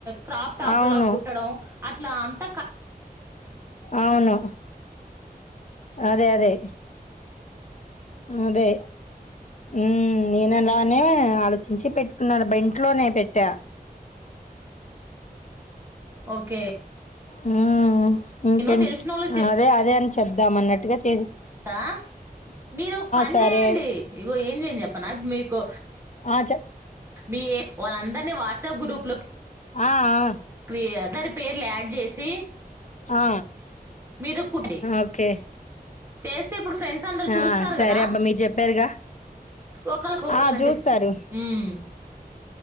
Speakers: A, on the right (about 15°); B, on the left (about 50°).
A: క్రాఫ్ టాప్
B: అవును
A: లా గుట్టడం అట్లా అంత
B: అవును అదే అదే అదే ఉ నేను అలానే ఆలోచించి పెట్టుకున్నాను బెంట్లోనే పెట్టా <inaudible>
A: ఓకే
B: ఉ ఇంకేంట్
A: నేను తెలిసిన వాళ్ళకి
B: అదే అదే అని చెబుదాం అన్నట్టుగా చేస్
A: ఆ మీరు ఒక పని
B: సరే.
A: చేయండి ఇగో ఏం చేయను చెప్పనా మీకు
B: ఆ చె
A: మీ వాళ్ళందరినీ వాట్సాప్ గ్రూప్లోకి
B: ఆ ఆ
A: క్రీయ దరి పేర్లు యాడ్ చేసి
B: ఆ
A: మీరుక్కుండి
B: ఓకే.
A: చేస్తే ఇప్పుడు ఫ్రెండ్స్ అందరు చూస్తారు
B: ఆ సరే
A: కదా
B: అబ్బా మీరు చెప్పారుగా.
A: ఒకళ్కి ఒకళ్
B: ఆ
A: అని
B: చూస్తారు.
A: చెప్త హ్మ్